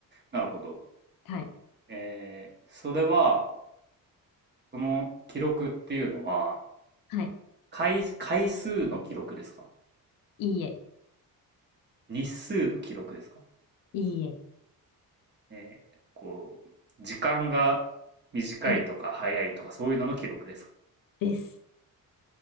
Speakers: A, on the right; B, on the left.
A: なるほど。
B: はい。
A: えーそれは、その記録っていうのは、
B: はい。
A: 回、回数の記録ですか
B: いいえ。
A: 日数の記録ですか
B: いいえ。
A: えーこう、時間が短いとか早いとかそういうのの記録ですか
B: はい。です。